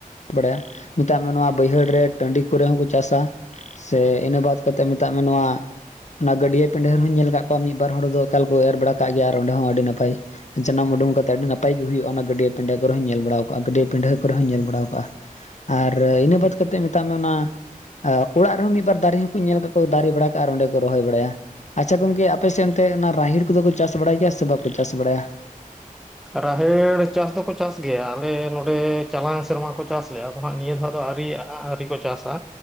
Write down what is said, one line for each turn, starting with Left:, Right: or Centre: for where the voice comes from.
Left: ᱵᱟᱲᱟᱭᱟ ᱢᱮᱛᱟᱜ ᱢᱮ ᱱᱚᱣᱟᱼᱼ ᱵᱟᱹᱭᱦᱟᱹᱲ ᱨᱮ ᱴᱟᱺᱰᱤ ᱠᱚᱨᱮ ᱦᱚᱸᱠᱚ ᱪᱟᱥᱟ᱾ ᱥᱮ ᱤᱱᱟᱹ ᱵᱟᱫ ᱠᱟᱛᱮᱫ ᱢᱮᱛᱟᱜ ᱢᱮ ᱱᱚᱣᱟᱼᱼ ᱚᱱᱟ ᱜᱟᱹᱰᱭᱟᱹ ᱯᱤᱰᱟᱹ ᱨᱮ ᱦᱚᱧ ᱧᱮᱞ ᱚᱱᱟ ᱜᱟᱹᱰᱟᱹᱟᱹ ᱟᱹᱰᱤ ᱦᱚᱲ ᱧᱮᱞ ᱟᱠᱟᱫ ᱠᱚᱣᱟ ᱢᱤᱫ ᱵᱟᱨ ᱦᱚᱲ ᱫᱚ ᱮᱠᱟᱞ ᱠᱚ ᱮᱨ ᱵᱟᱲᱟ ᱠᱟᱜ ᱜᱮᱭᱟ ᱟᱨ ᱚᱸᱰᱮ ᱦᱚᱸ ᱟᱹᱰᱤ ᱱᱟᱯᱟᱭᱼᱼ ᱡᱟᱱᱟᱢ ᱩᱰᱩᱠ ᱠᱟ ᱠᱟᱛᱮᱜ ᱟᱹᱰᱤ ᱡᱟᱱᱟᱢ ᱚᱰᱳᱠ ᱠᱟᱛᱮ ᱦᱚᱸ ᱚᱸᱰᱮ ᱱᱟᱯᱟᱭ ᱜᱮ ᱦᱩᱭᱩᱜᱼᱟ ᱚᱱᱟᱹ ᱜᱟᱹᱰᱟᱹᱭᱟᱹᱯᱮᱰᱷᱟᱹ ᱠᱚᱨᱮ ᱦᱚᱸᱧ ᱧᱮᱞ ᱵᱟᱲᱟ ᱠᱟᱜᱼᱟ ᱜᱟᱹᱰᱟᱹ ᱯᱤᱰᱷᱟᱹ ᱠᱚᱨᱮᱼᱼ ᱦᱚᱸ ᱧᱮᱞᱲᱲᱟ ᱠᱟᱜᱼᱟ ᱟᱨ ᱤᱱᱟᱹ ᱵᱟᱫ ᱠᱟᱛᱮᱫ ᱢᱮᱛᱟᱜ ᱢᱮ ᱚᱱᱟᱼᱼ ᱚᱲᱟᱜ ᱨᱮ ᱦᱚᱸ ᱢᱤᱫ ᱵᱟᱨ ᱫᱟᱨᱮ ᱦᱚᱸᱠᱚ ᱧᱮᱞ ᱠᱟᱜ ᱠᱚ ᱫᱟᱨᱮ ᱵᱟᱲᱟ ᱠᱟᱜᱼᱟ᱾ ᱟᱨ ᱚᱸᱰᱮ ᱠᱚ ᱨᱚᱦᱚᱭ ᱵᱟᱲᱟᱭ-ᱟ ᱾ ᱟᱪᱪᱷᱟ ᱜᱚᱝᱠᱮ ᱟᱯᱮᱥᱮ ᱛᱮ ᱚᱱᱟ᱾ ᱨᱟᱦᱮᱦ ᱠᱚᱼᱫᱚ ᱠᱚ ᱪᱟᱥ ᱵᱟᱲᱟᱭ ᱜᱮᱭᱟ᱾ ᱥᱮ ᱵᱟᱠᱚ ᱪᱟᱥ ᱵᱟᱲᱟᱭᱟ?
Centre: ᱨᱟᱦᱮᱲ ᱪᱟᱥ ᱫᱚᱠᱚ ᱪᱟᱥ ᱜᱮᱭᱟ ᱟᱞᱮ ᱱᱚᱸᱰᱮ ᱪᱟᱞᱟᱣᱮᱱ ᱥᱮᱨᱢᱟ ᱠᱚ ᱪᱟᱥ ᱞᱮᱜ-ᱟ᱾ ᱦᱟᱸᱜ ᱱᱤᱭᱟᱹ ᱫᱷᱟᱣ ᱫᱚ ᱟᱹᱣᱨᱤᱭᱟᱜ-ᱟ ᱦᱟᱸᱜ ᱟᱹᱣᱨᱤ ᱠᱚ ᱪᱟᱥᱟ᱾